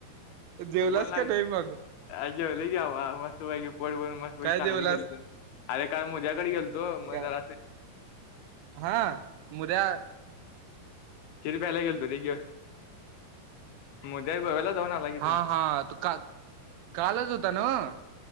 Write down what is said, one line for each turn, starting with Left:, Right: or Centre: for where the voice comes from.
Right: जेवलास
Left: बोलणा
Right: का नाही मग
Left: आ जेवलो की बाबा मस्तपैकी पोट व्हय
Right: काय
Left: चांगलं
Right: जेवलास
Left: केलत आरे काय मुद्द्याकड गेलतो मग
Right: काय
Left: जरास
Right: <inaudible> हा मुदयाळ
Left: खिर प्यायला गेलतो रे जेवून. मुद्या गोव्याला जाऊन आला की तो
Right: हा हा तू का कालच होता नव्ह.